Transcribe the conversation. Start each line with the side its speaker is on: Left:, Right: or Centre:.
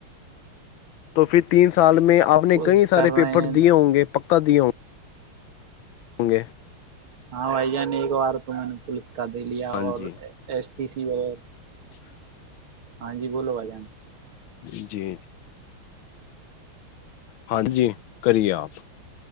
Left: تو پھر تین سال میں آپ نے
Right: کوشش
Left: کئی سارے
Right: کر رہے
Left: پیپر
Right: ہیں
Left: دیے ہوں گے پکا <unintelligible> ہوں گے
Right: ہاں وائی جان ایکک وار میں پلیس کا دے لیا
Left: ہاں
Right: اور
Left: جی
Right: ایس ٹی سی وغ
Left: <unintelligible>
Right: ہاں جی بولو بھ جان
Left: جی جی ہاں جی کریے آپ